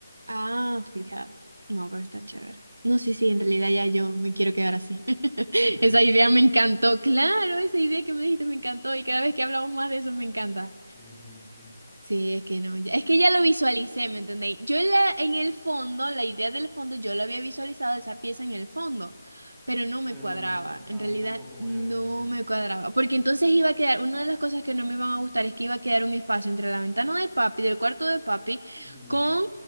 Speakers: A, on the right; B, in the centre.
A: Ah, fíjate. No, pero está chévere. No, sí, sí, en realidad ya yo me quiero quedar así. <laughs>
B: ¿Por qué?
A: Esa idea me encantó. Claro, esa idea que me dijiste me encantó y cada vez que hablamos más de eso me encanta.
B: Dios mío, sí.
A: Sí, es que no, ya- es que ya lo visualicé, ¿me entendéis? Yo en la, en el fondo, la idea del fondo, yo lo había visualizado esa pieza en el fondo, pero no me
B: Pero
A: cuadraba,
B: no,
A: en
B: a
A: realidad
B: mí tampoco me
A: no
B: había convencido.
A: me cuadraba, porque entonces iba a quedar, una de las cosas que no me iban a gustar es que iba a quedar un espacio entre la ventana de papi, del cuarto de papi,
B: Ujú,
A: con